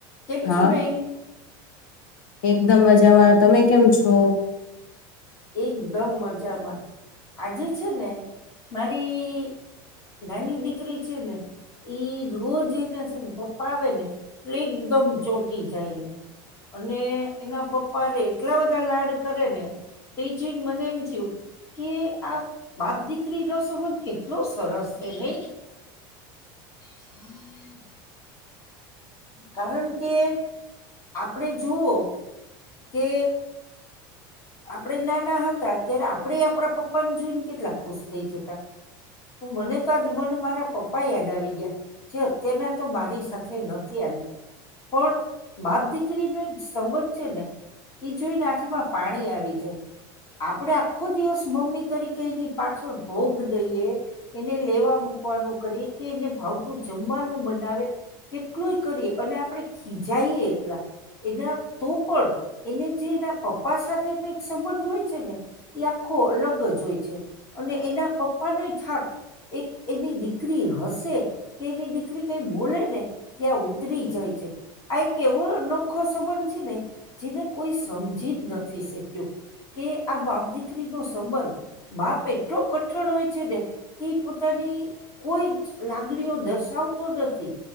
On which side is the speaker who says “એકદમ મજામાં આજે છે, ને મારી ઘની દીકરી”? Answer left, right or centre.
Left